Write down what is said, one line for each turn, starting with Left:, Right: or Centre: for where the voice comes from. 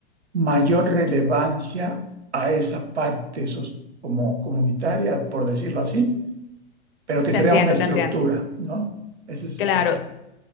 Right: mayor relevancia a esa parte sos- como comunitaria, por decirlo así, pero que
Left: te
Right: se
Left: entiendo,
Right: vea una estructura,
Left: te entiendo.
Right: ¿no? Ese es,
Left: Claro,
Right: ese es